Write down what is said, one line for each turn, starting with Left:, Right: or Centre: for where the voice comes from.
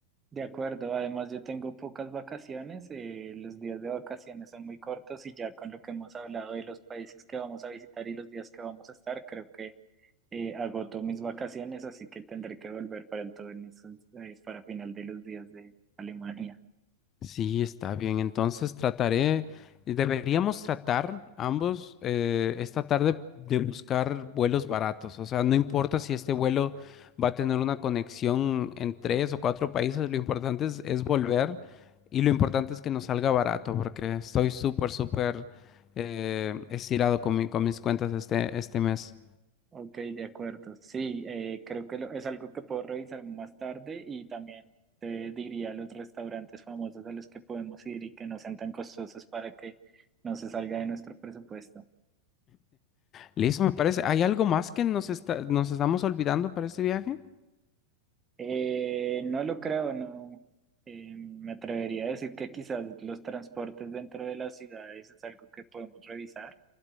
Right: De acuerdo. Además, yo tengo pocas vacaciones. eh, los días de vacaciones son muy cortos y ya con lo que hemos hablado de los países que vamos a visitar y los días que vamos a estar, creo que eh, agoto mis vacaciones, así que tendré que volver para entonces, eh, para final de los días de Alemania.
Left: Sí, está bien. Entonces trataré, eh, deberíamos tratar ambos eh, esta tarde de buscar vuelos baratos. O sea, no importa si este vuelo va a tener una conexión en tres o cuatro países, lo importante es, es volver y lo importante es que nos salga barato porque estoy súper, súper eh, estirado con mi- con mis cuentas este, este mes.
Right: Ok, de acuerdo. Sí, eh, creo que lo- es algo que puedo revisar más tarde y también te diría los restaurantes famosos a los que podemos ir y que no sean tan costosos para que no se salga de nuestro presupuesto.
Left: Listo, me parece. ¿Hay algo más que nos está, nos estamos olvidando para este viaje?
Right: Eh, no lo creo, no. Eh, me atrevería a decir que quizás los transportes dentro de las ciudades es algo que podemos revisar,